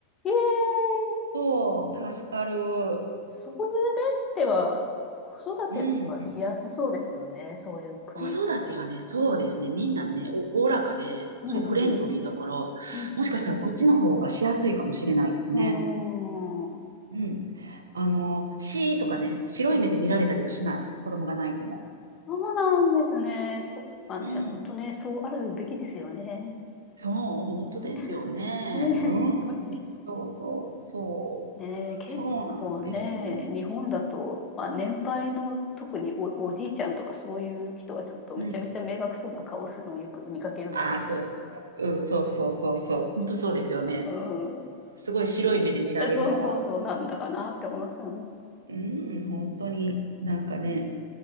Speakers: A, on the left (about 25°); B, on the right (about 70°).
A: ええ
B: そう、助かる。
A: そういう面では、子育てはしやすそうですよね。
B: うん。
A: そういう国からの。
B: 子育てはね、そうですね。
A: ね。
B: みんなね、
A: うん。
B: おおらかで、
A: うん。
B: そう、フレンドリーだから、
A: う
B: も
A: んうんうん
B: しかしたらこっちの方がしやすいかもしれないですね。
A: うーん。
B: うん。あの、シーとかね、白い目で見られたりはしない。
A: うん。
B: 子供が泣いても。
A: そうなんですね。そっかね。
B: うん。
A: 本当ね、そうあるべきですよね。
B: そう、本当ですよね。
A: ね、ね本当に。
B: うん。そうそうそう。
A: ね、結構ね、
B: そうなんですよ。
A: 日本だと、まあ、年配の特にお、おじいちゃんとかそういう人がちょっとめちゃめちゃ迷惑そうな顔をするのをよく見かけるので。
B: うん。ああ、そうそう。うん、そうそうそうそう。本当そうですよね。
A: うん
B: すごい白い目で見られるから。
A: そうそうそう、なんだかなって思いますよね。
B: うん、本当になんかね、